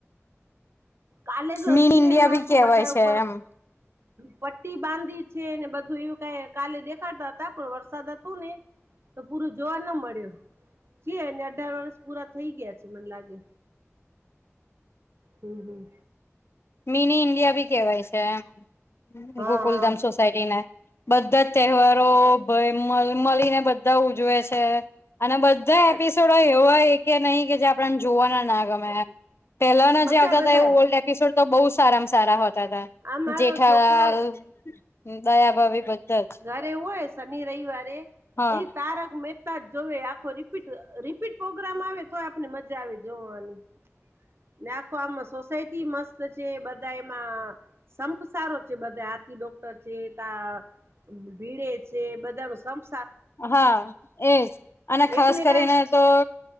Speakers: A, on the right; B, on the left.
A: કાલે જ
B: મીન
A: સિરિયલમાં
B: ઇન્ડિયા ભી
A: હતું
B: કેવાય
A: બધા
B: છે
A: ઉપર
B: એમ
A: પટ્ટી બાંધી છે ને બધુ એવું કાઈ કાલે દેખાડતા હતા પણ વરસાદ હ તું ને તો પૂરું જોવા ના મળ્યું. જે એને અઢાર વર્ષ પૂરા થઈ ગયા છે મને લાગે હમ્મ હમ્મ.
B: મિની ઇન્ડિયા બી કેહેવાય છે એમ
A: હા
B: ગોકુલધામ સોસાયટીને બધા જ તહેવારો ભય મળીને બધા ઉજવે છે. અને બધા
A: હા
B: એપિસોડો એવા કે નહીં કે જે આપણેને જોવાના ના ગમે એમ પેલાના
A: બધા
B: જે આવતા
A: બધા
B: હતા એ ઓલ્ડ એપિસોડ તો બહુ સારામાં સારા હોતા હતા.
A: આ મારો
B: જેઠાલાલ
A: છોકરો
B: દયા ભાભી બધા જ
A: એવું હોય શનિ રવિવારે
B: હા
A: એ તારક મેહ તા જ જો આખો રિપીટ રીપીટ પ્રોગ્રામ આવે. તોએ આપને મજા આવે જોવાની. ને આખો આમાં સોસાયટી મસ્ત છે બધા એમાં સંપ સારો છે બધા હાથી ડોક્ટર છે તા ભીડે છે બધા નો સંપ
B: હા એજ અને
A: એકને
B: ખાસ કરીને,
A: કઈ
B: તો